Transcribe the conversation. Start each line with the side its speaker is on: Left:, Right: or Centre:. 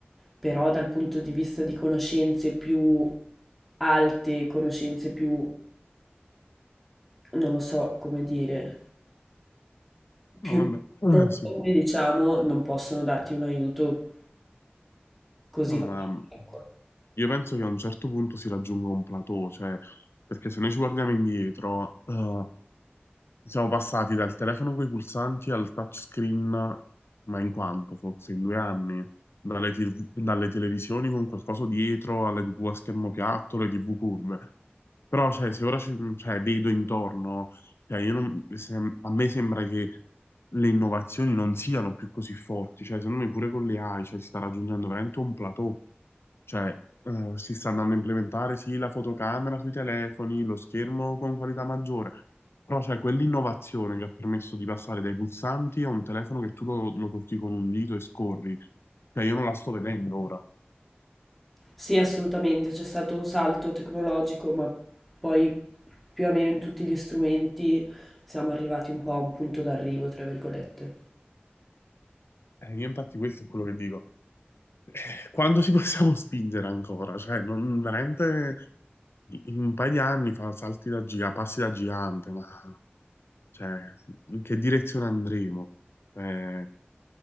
Centre: però dal punto di vista di conoscenze più alte, conoscenze più, non lo so come dire, più
Left: No, vabbè,
Centre: profonde,
Left: eh, sì.
Centre: diciamo, non possono darti un aiuto così
Left: No,
Centre: valido.
Left: ma
Centre: ecco.
Left: io penso che a un certo punto si raggiunga un plateau, cioè, perché se noi ci guardiamo indietro, eh, Siamo passati dal telefono con i pulsanti al touchscreen, ma in quanto forse in due anni, dalle, TV dalle televisioni con qualcosa dietro alle TV a schermo piatto, le TV curve. Però, cioè, se ora ci- cioè, vedo intorno, cioè, io non- se- a me sembra che le innovazioni non siano più così forti, cioè, secondo me pure con le AI, cioè, si sta raggiungendo veramente un plateau. Cioè, eh, si sta andando a implementare sì la fotocamera sui telefoni, lo schermo con qualità maggiore, però c'è quell'innovazione che ha permesso di passare dai pulsanti a un telefono che tu lo, lo tocchi con un dito e scorri. Cioè, io non la sto vedendo ora.
Centre: Sì, assolutamente, c'è stato un salto tecnologico, ma poi più o meno in tutti gli strumenti siamo arrivati un po' a un punto d'arrivo, tra virgolette.
Left: Eh, io infatti questo è quello che dico. <laughs> Eh, Quando ci possiamo <laughs> spingere ancora? Cioè, non, veramente in un paio di anni fa salti da gigante, passi da gigante, ma cioè, in che direzione andremo? Eh,